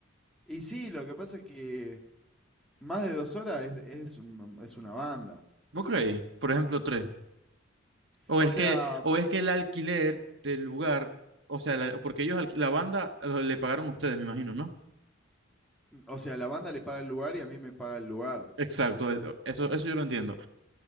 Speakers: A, in the centre; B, on the right.
A: Y sí, lo que pasa es que más de dos horas es, es una, es una banda.
B: ¿Vos creéis? Por ejemplo, tres. O
A: O
B: es
A: sea,
B: que, o es que el alquiler del lugar, o sea, la- porque ellos, alqui- la banda lo- le pagaron a ustedes, me imagino, ¿no?
A: o sea, la banda le paga el lugar y a mí me paga el lugar.
B: Exacto, e- eso, eso yo lo entiendo.